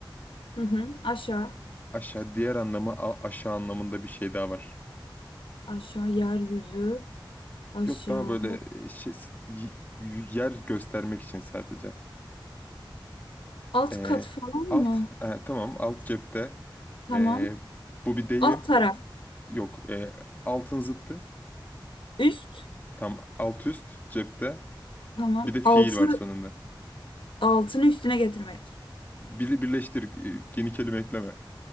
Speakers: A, on the left (about 80°); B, on the left (about 20°).
A: Hı hı. Aşağı.
B: aşağı diğer anlamı a- aşağı anlamında bir şey daha var.
A: Aşağı yeryüzü. Aşağı.
B: Yok daha böyle e, şey s- y- yer göstermek için sadece.
A: Alt
B: Ee,
A: kat falan
B: alt
A: mı?
B: e, tamam alt cepte.
A: Tamam.
B: Ee, bu bir deyim.
A: Alt taraf.
B: Yok e, altın zıttı.
A: Üst.
B: Tam alt üst cepte.
A: Tamam.
B: Bir de fiil
A: Altı.
B: var sonunda.
A: Altını üstüne getirmek.
B: Biri birleştir e, yeni kelime ekleme.